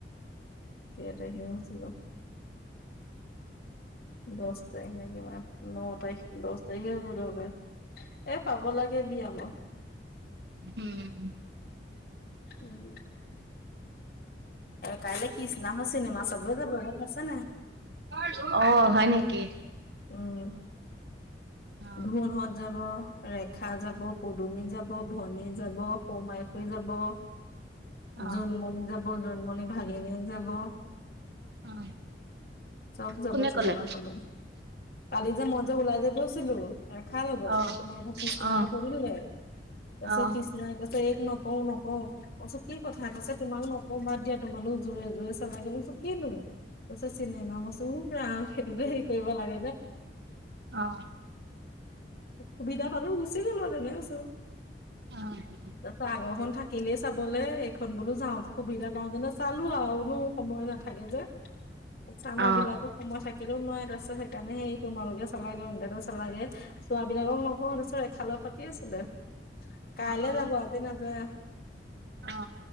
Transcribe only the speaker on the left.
কেই তাৰিখে হৈছিল বা। দশ তাৰিখ নে কিবা, ন তাৰিখ দহ তাৰিখেই হৈছিলোঁ হপাই। এই পাব লাগে দিয়া মই।
উম। কাইলৈ কিষ্ণাহত চিনেমা চাবলৈ যাব। গম পাইছা নে নাই।
উম
ধুন হৈত যাব। ৰেখা যাব, পদুমি যাব, ভনী যাব, সৰুমাই খুৰী যাব।
জোনমণি যাব, জোনমণিৰ ভাগিনীয়েক যাব।
চব যাব
চিনেমা
চাবলৈ। কালি মই যে ওলাই গৈছিলো ৰেখাৰ লগত,
কিষ্ণাহতক
সুধিলো। তাৰ পিছত
কিষ্ণাই কৈছে এইক কও নকওঁ কচো কি কথা কৈছে তোমাক নকওঁ বাদ দিয়া তোমালোক জোৰে জোৰে চালাগে বছো কিনো কৈছে চিনেমা মই কৈছো ঔ ৰাম সেইটোতো হেৰি কৰিব লাগে। <unintelligible>
সুবিধা পালোঁ গুচি গ'লো আৰু, তেনে আছোঁ
তাৰপাছত আগৰখন থাক এনে চাবলে, এইখন বোলো যাওঁ, সুবিধা পাওঁতেনে চালো আৰুনো সময় নাথাকে যে, তাৰপিছত আমাৰ
বিলাকে সময় থাকিলেও নোৱাৰে, তাৰপিছত সেইকাৰণে সেই তোমালোকে চালাগেই, ইহঁতেও চালেগেই, চোৱবিলাকক নকওঁ, তাৰপিছত ৰেখা লগত পাতি আছিলোঁ। কাইলৈ
যাব, আজি নাযায়।